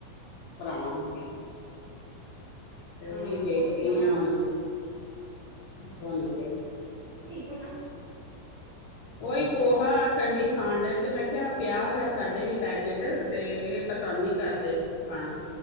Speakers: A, on the left; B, on the right.
A: ਪੁਰਾਣਾ ਹੋ ਕੇ ਤੇ ਉਹੀ
B: ਹਾਂ
A: ਦੇਖਦੀ
B: ਪੁੱਛ ਕੇ ਨਾ ਹੋਇਆ
A: ਆ ਹੁਣ। ਭੁੰਨ ਕੇ।
B: ਠੀਕ ਹੋ ਨਾ।
A: ਉਹੀ ਪੋਹਾ ਠੰਡੀ ਖਾਣ ਡਏ ਤੇ ਮੈਂ ਕਿਹਾ। ਪਿਆ ਹੋਇਆ ਸਾਡੇ ਵੀ ਪੈਕੇਟ ਤੇ ਇਹ ਪਸੰਦ ਨੀ ਕਰਦੇ ਖਾਣਾ।